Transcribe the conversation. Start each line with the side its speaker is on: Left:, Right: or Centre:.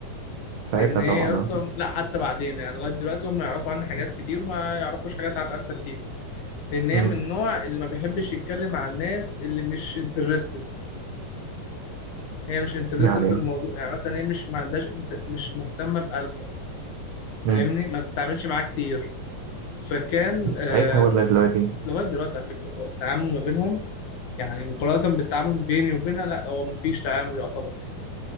Right: ساعتها
Left: لان هي
Right: طبعا
Left: يا اسطى
Right: اه
Left: لا حتى بعدين يعني لغايه دلوقتي هم يعرفوا عني حاجات كتير ما يعرفوش حاجات عن الفا كتير لان هي
Right: مم.
Left: من النوع اللي ما بيحبش يتكلم عن الناس اللي مش انترستد هي مش انترستد
Right: يعني
Left: في الموضوع يعني مثلا هي مش ما عندهاش انت... مش مهتمه بالفا
Right: مم.
Left: فاهمني ما بتتعاملش معاه كتير فكان آه...
Right: ساعتها ولا دلوقتي
Left: لغايه دلوقتي على فكره هو التعامل ما بينهم يعني مقارنه بالتعامل بيني وبينها لا هو ما فيش تعامل يعتبر